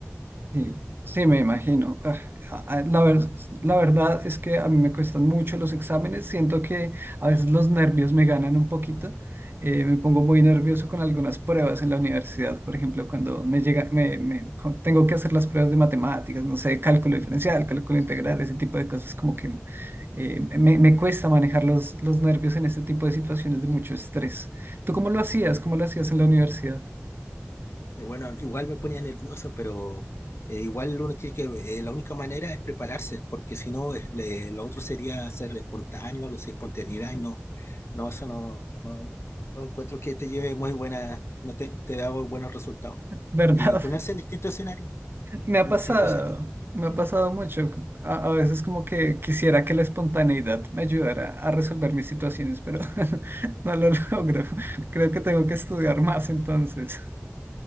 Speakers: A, on the right; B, on the left.
A: Sí, sí, me imagino. Ah, a- a- La ver- la verdad es que a mí me cuestan mucho los exámenes. Siento que a veces los nervios me ganan un poquito. Eh, me pongo muy nervioso con algunas pruebas en la universidad. Por ejemplo, cuando me llega, me, me- cu- tengo que hacer las pruebas de matemáticas, no sé, cálculo diferencial, cálculo integral, ese tipo de cosas, como que eh, me, me cuesta manejar los, los nervios en ese tipo de situaciones de mucho estrés. ¿Tú cómo lo hacías? ¿Cómo lo hacías en la universidad? <laughs>
B: Eh, Bueno, igual me ponía nervioso, pero eh, igual uno tiene que, eh, la única manera es prepararse, porque si no, es- le- lo otro sería ser espontáneo, algo así, espontaneidad, y no, no, eso no, no, no encuentro que te lleve muy buena, no te, te da buenos resultados.
A: ¿Verdad?
B: Y ponerse en distintos escenarios,
A: Me ha
B: en
A: pasado,
B: distintos escenarios.
A: me
B: Mm,
A: ha pasado mucho. A, a veces como que quisiera que la espontaneidad me ayudara a resolver mis situaciones, pero <laughs> no lo logro. Creo que tengo que estudiar más entonces.